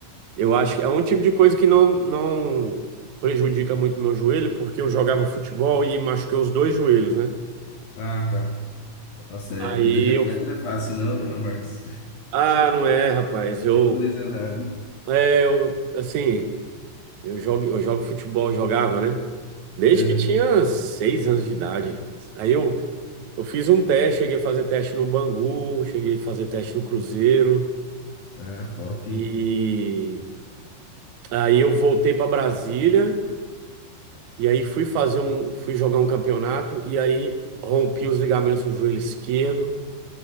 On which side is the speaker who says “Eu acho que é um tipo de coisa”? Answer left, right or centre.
Right